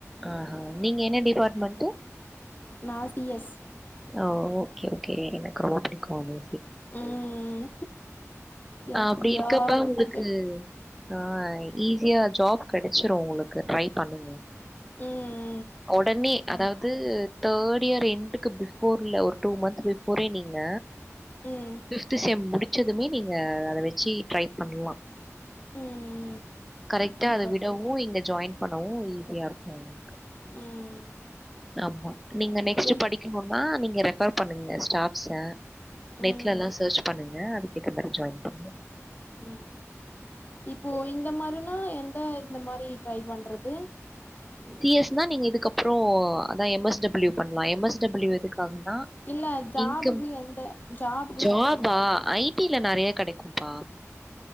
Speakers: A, in the centre; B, on the left.
A: ஆஹா நீங்க என்ன டிபார்ட்மெண்ட்
B: நா சி எஸ்
A: ஓ ஓகே ஓகே எனக்கு ரொம்ப புடிக்கு அது
B: ம் எனக்கு
A: அப்டி
B: பிடிக்காத
A: இருக்கப்ப உங்களுக்கு
B: சப்ஜெக்ட்
A: ஆ ஈஸியா ஜாப் கெடச்சிரு உங்களுக்கு ட்ரை பண்ணுங்க
B: ம்
A: ஒடனே அதாவ்து
B: ம்
A: தேர்ட் இயர் எண்டு க்கு பிஃபோர்ல ஒரு டூ மந்த் பிஃபோரே நீங்க
B: ம்
A: ஃபிஃப்து செம் முடி ச்சதுமே நீங்க அத வச்சு ட்ரை பண்லா
B: ம்
A: கரெக்டா
B: கண்டிப்பா
A: அத விடவு இங்க ஜாயின் பண்ணவு ஈஸியா இருக்கு உங்களுக்கு
B: ம்
A: ஆமா நீங்க நெக்ஸ்ட்
B: என்
A: மா நீங்க ரெஃபர் பண்ணுங்க ஸ்டாப்ஸ நெட்லல்லா
B: ம்
A: சர்ச் பண்ணுங் க அதுகேத்த மாரி ஜாயின் பண்ணு
B: ம் இப்போ இந்த மாரினா எந்த இந்த மாரி ட்ரை பண்றது
A: சி எஸ் னா நீங்க இதுக்கப்புறோ அதா எம் எஸ் டபிள்யூ பண்ணலா எம் எஸ் டபிள்யூ எதுக்காகன்னா
B: இல்ல ஜாபுக்கு
A: இன்க்கம்
B: எந்த ஜாபுக்கு
A: ஜாபா
B: சொல்றே
A: ஐ டில நறையா கடைக்கும்பா